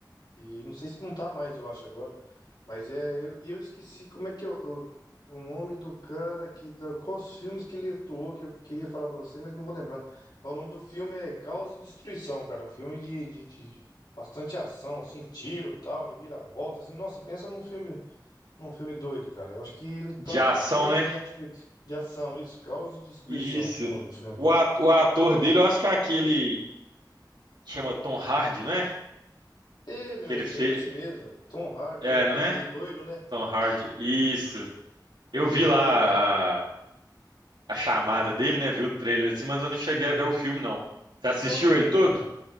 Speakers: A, on the left; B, on the right.
A: E não sei se não tá mais, eu acho, agora. Mas é, eu, e eu esqueci como é que eu, o, o nome do cara que. da- Quais os filmes que ele atuou que eu queria falar pra você, mas não vou lembrar. Mas o nome do filme é Caos e Destruição, cara. É Um filme de, de, de bastante ação, assim, tiro, tal, reviravolta, assim. Nossa, pensa num filme. Um filme doido, cara. Eu acho que ele tá
B: De
A: na
B: ação,
A: Netflix,
B: né?
A: Netflix de ação, isso, Caos e Destruição,
B: Isso.
A: o nome do filme.
B: O, a- o ator dele, eu acho que é aquele que chama Tom Hardy, né?
A: Ê, meu
B: Que
A: amigo,
B: ele fez.
A: é esse mesmo. Tom Hardy
B: É,
A: é meio,
B: né?
A: meio loiro, né?
B: Tom Hardy. Isso. Eu
A: E-
B: vi lá
A: é verdade.
B: a, a chamada dele, né? Vi o trailer assim, mas eu não cheguei a ver o filme, não. Você
A: Então,
B: assistiu
A: mas
B: ele
A: eu
B: todo?